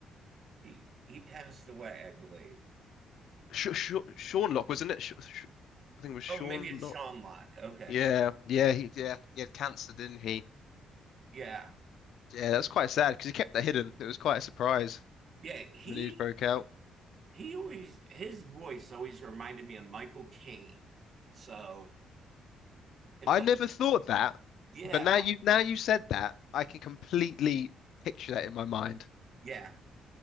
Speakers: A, on the right; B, on the left.
A: He he passed away, I believe.
B: Sh Sh Sean Lock wasn't it Sh Sh I think it was Sean
A: Oh, maybe it's
B: Lock
A: Sean Locke. Okay,
B: yeah yeah he yeah he had cancer didn't he
A: yeah,
B: yeah that's quite sad because he kept that hidden it was quite a surprise
A: yeah. He
B: when the news broke out
A: he always his voice always reminded me of Michael Caine. So it's
B: I
A: like,
B: never thought that
A: yeah,
B: but now you now you said that I can completely picture that in my mind
A: yeah.